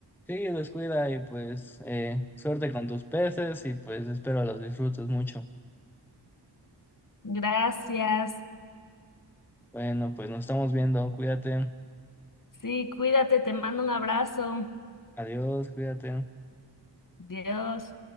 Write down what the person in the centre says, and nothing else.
Sí, descuida y pues eh, suerte con tus peces y pues espero los disfrutes mucho.
Bueno, pues nos estamos viendo. Cuídate.
Adiós, cuídate.